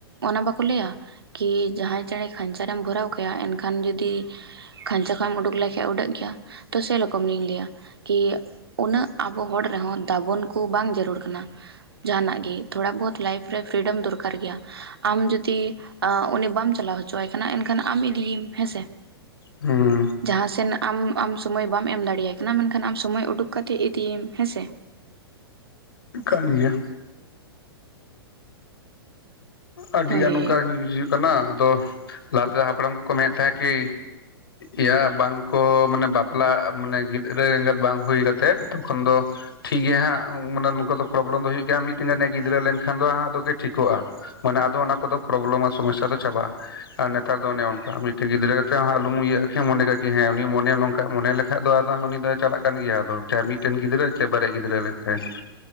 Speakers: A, on the right; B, on the left.
A: ᱚᱱᱟ ᱵᱟᱠᱚ ᱞᱟᱹᱭᱟ ᱠᱤ ᱡᱟᱦᱟᱸᱭ ᱪᱮᱬᱮ ᱠᱷᱟᱧᱪᱟᱮᱢ ᱵᱷᱚᱨᱟᱣ᱾ ᱠᱟᱭᱟ ᱮᱱᱠᱷᱟᱱ ᱡᱩᱫᱤ ᱠᱷᱟᱧᱪᱟ ᱠᱷᱭ ᱮᱢ ᱩᱰᱩᱠ ᱞᱮᱠᱷᱟᱡ ᱩᱰᱟᱹᱜ ᱜᱮᱭᱟ ᱛᱚ ᱥᱮᱨᱚᱠᱚᱢ ᱞᱤᱧ ᱞᱟᱹᱭᱟ᱾ ᱠᱤ ᱩᱱᱟᱹᱜ ᱟᱵᱚ ᱦᱚᱲ ᱨᱮᱦᱚᱸ ᱫᱟᱵᱚᱱ ᱠᱩ ᱵᱟᱝ ᱡᱟᱨᱩᱲ ᱠᱟᱱᱟ᱾ ᱡᱟᱦᱟᱱᱟᱜ ᱜᱤ ᱛᱷᱚᱲᱟ ᱵᱚᱦᱚᱛ ᱞᱟᱭᱤᱯᱷ ᱨᱮ ᱯᱷᱨᱤᱰᱢ ᱫᱚᱨᱠᱟᱨ ᱜᱮᱭᱟ᱾ ᱟᱢ ᱡᱩᱫᱤ ᱟᱸ ᱩᱱᱤ ᱵᱟᱢ ᱪᱟᱞᱟᱣ ᱦᱚᱪᱚᱣᱟᱭ ᱠᱟᱱᱟ ᱮᱱᱠᱷᱟᱱ ᱟᱢ ᱤᱫᱤᱭᱤᱢ ᱦᱮᱸᱥᱮ᱾
B: ᱦᱩᱸ᱾
A: ᱡᱟᱦᱟᱸᱥᱮᱱ ᱟᱢ ᱟᱢ ᱥᱳᱢᱚᱭ ᱵᱟᱢ ᱮᱢ ᱫᱟᱲᱤᱭᱟᱭ ᱠᱟᱱᱟ ᱢᱮᱱᱠᱷᱟᱱ ᱟᱢ ᱥᱳᱢᱚᱭ ᱩᱰᱩᱠ ᱠᱟᱛᱮ ᱤᱫᱤᱭᱤᱢ ᱦᱮᱸᱥᱮ᱾
B: ᱠᱟᱱ ᱜᱮᱭᱟ᱾ ᱟᱹᱰᱤ
A: ᱦᱳᱭ
B: ᱜᱟᱱ ᱚᱱᱠᱟ <unintelligible> ᱦᱩᱭᱩᱜ ᱠᱟᱱᱟ ᱟᱫᱚ ᱞᱟᱦᱟᱛᱮᱱ ᱦᱟᱯᱲᱟᱢ ᱠᱚᱠᱚ ᱢᱮᱱᱮᱜ ᱛᱟᱦᱮᱸ ᱠᱤ᱾ ᱮᱭᱟ ᱵᱟᱝᱠᱚ ᱢᱟᱱᱮ ᱵᱟᱯᱞᱟ ᱢᱟᱱᱮ ᱜᱤᱫᱽᱨᱟᱹ ᱮᱸᱜᱟᱛ ᱵᱟᱝ ᱦᱩᱭ ᱠᱟᱛᱮᱜ ᱛᱚᱠᱷᱚᱱ ᱫᱚ᱾ ᱴᱷᱤᱠ ᱜᱮᱭᱟ ᱦᱟᱸᱜ ᱢᱟᱱᱮ ᱱᱚᱝᱠᱟ ᱫᱚ ᱯᱨᱚᱵᱞᱮᱢ ᱫᱚ ᱦᱩᱭᱩᱜ ᱜᱮᱭᱟ ᱢᱤᱜᱴᱮᱱ ᱜᱟᱱᱮ ᱜᱤᱫᱽᱨᱟᱹ ᱞᱮᱱᱠᱷᱟᱱ ᱫᱚ ᱦᱟᱸᱜ ᱛᱚᱜᱤ ᱴᱷᱤᱠᱚᱜ-ᱟ᱾ ᱢᱟᱱᱮ ᱟᱫᱚ ᱚᱱᱟ ᱠᱚᱫᱚ ᱯᱨᱚᱵᱞᱮᱢ ᱟ ᱥᱚᱢᱚᱥᱥᱟ ᱫᱚ ᱪᱟᱵᱟᱜ-ᱟ᱾ ᱟᱨ ᱱᱮᱛᱟᱨ ᱫᱚ ᱚᱱᱮ ᱚᱱᱠᱟ ᱢᱤᱴᱤᱜ ᱜᱤᱫᱽᱨᱟᱹ ᱠᱟᱛᱮᱜ ᱦᱚᱸ ᱟᱞᱚᱢ ᱤᱭᱟᱹᱜ-ᱟ ᱠᱤ ᱢᱚᱱᱮ ᱠᱟᱜ ᱠᱤ ᱦᱮᱸ ᱩᱱᱤ ᱦᱚᱸ ᱢᱚᱱᱮ ᱱᱚᱝᱠᱟ ᱢᱚᱱᱮ ᱞᱮᱠᱷ ᱟᱜ ᱫᱚ ᱟᱫᱚ ᱩᱱᱤ ᱫᱚᱭ ᱪᱟᱞᱟᱜ ᱠᱟᱱ ᱜᱮᱭᱟ ᱟᱫᱚ ᱪᱟᱦᱮ ᱢᱤᱜᱴᱮᱱ ᱜᱤᱫᱽᱨᱟᱹ ᱪᱟᱦᱮ ᱵᱟᱨᱭᱟ ᱜᱤᱫᱽᱨᱟᱹ ᱦᱩᱭᱮᱱ ᱛᱟᱭ᱾